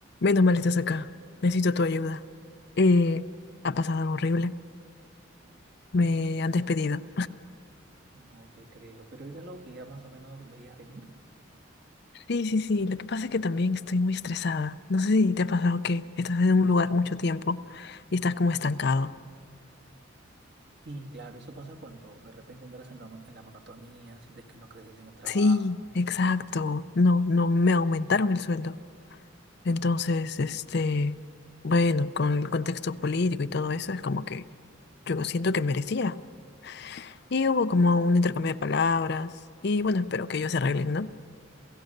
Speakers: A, on the left; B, on the right.
A: Menos mal estás acá. Necesito tu ayuda. Eh, ha pasado algo horrible. Me
B: Y
A: han despedido.
B: No te creo, pero era algo que ya más o menos veías venir.
A: Sí, sí, sí. Lo que pasa es que también estoy muy estresada. No sé si te ha pasado que estás en un lugar mucho tiempo y estás como estancado.
B: Y claro, eso pasa cuando de repente entras en en en la la monotonía sientes que no creces en el trabajo
A: Sí, exacto. No, no me aumentaron el sueldo. Entonces, este, bueno, con el contexto político y todo eso, es como que yo siento que merecía. Y hubo como un intercambio de palabras. Y bueno, espero que ellos se arreglen, ¿no?